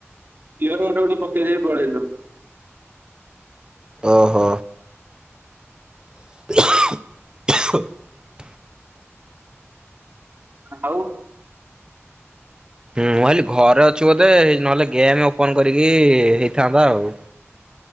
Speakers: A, on the right (about 45°); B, on the right (about 20°).
A: ଇଅରବଡ୍ ଗୋଟେ ପକେଇ ଦେଇକି ପଳେଇଲୁ।
B: ଓହୋ। <inaudible>
A: ଆଉ?
B: ହୁଁ ମୁଁ ଭାବିଲି ଘରେ ଅ ଛି ବୋଧେ ନହେଲେ ଗେମ୍ ଓପନ କରିକି ହେଇଥାନ୍ତା ଆଉ।